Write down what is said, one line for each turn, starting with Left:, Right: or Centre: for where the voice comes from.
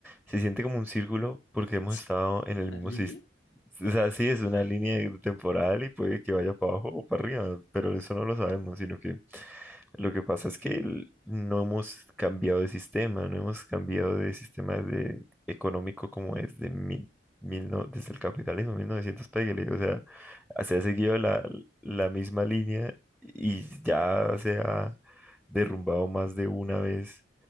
Centre: se siente como un círculo porque hemos
Left: <laughs>
Centre: estado en el mismo
Left: ¿La línea?
Centre: sistema. O sea, sí, es una línea temporal y puede que vaya para abajo o para arriba, pero eso no lo sabemos, sino que lo que pasa es que el- no hemos cambiado de sistema, no hemos cambiado de sistema de económico como es de mil, mil no- desde el capitalismo, 1900 pégale. O sea, se ha seguido la, la misma línea y ya se ha derrumbado más de una vez.